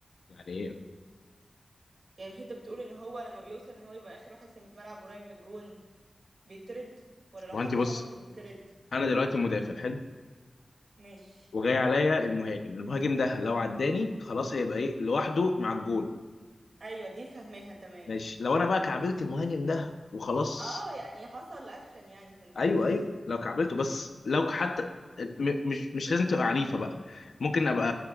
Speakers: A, on the left (about 85°); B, on the right (about 60°).
A: يعني ايه
B: يعني مش أنت بتقول إن هو لما بيوصل إن هو يبقى آخر واحد في الملعب قريب من الجون بيترد ولا لو
A: هو
B: حد
A: انت بص
B: خبطه بيترد؟
A: انا دلوقتي مدافع حلو
B: ماشي
A: وجاي عليا المهاجم المهاجم ده لو عداني خلاص هيبقى ايه لوحده مع الجون
B: أيوة دي فهماها تمام
A: ماشي لو انا بقى كعبلت المهاجم ده وخلاص
B: اه يعني حصل أكشن يعني في
A: ايوه
B: النص
A: ايوه لو كعبلته بس لو حتى م- مش مش لازم تبقى عنيفه بقى ممكن ابقى